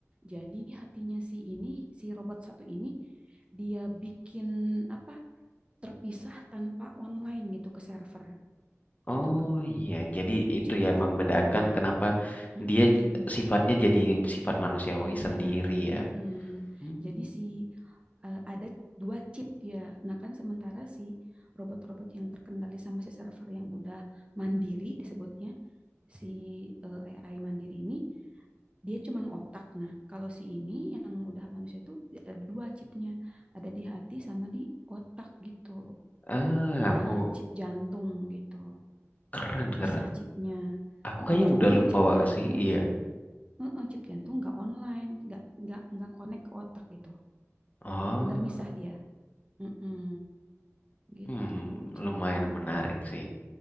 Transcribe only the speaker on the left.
Oh
iya, jadi itu
ya membedakan
kenapa
dia j- sifatnya jadi sifat manusiawi
sendiri ya.
Hmm.
Ah,
aku
keren
keren.
Aku
kayaknya
udah
lupa
Wak,
sih, iya.
Oh,
hmm,
lumayan menarik sih.